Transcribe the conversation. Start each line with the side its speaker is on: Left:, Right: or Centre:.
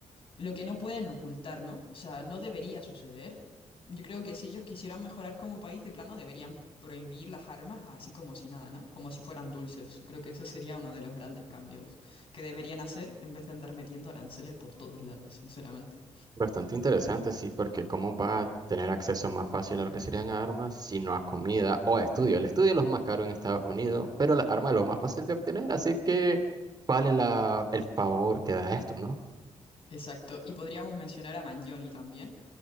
Left: lo que no pueden ocultar, ¿no? O sea, no debería suceder. Yo creo que si ellos quisieran mejorar como país de plano, deberían prohibir las armas así como si nada, ¿no? Como si fueran dulces. Yo creo que eso sería uno de los grandes cambios que deberían hacer en vez de andar metiendo aranceles por todos lados, sinceramente.
Right: Bastante interesante, sí, porque cómo va a tener acceso más fácil a lo que serían armas, sino a comida o a estudio. El estudio es lo más caro en Estados Unidos, pero la arma es lo más fácil de obtener, así que vale la, el favor que da esto, ¿no?
Left: Exacto. Y podríamos mencionar a Mangione también.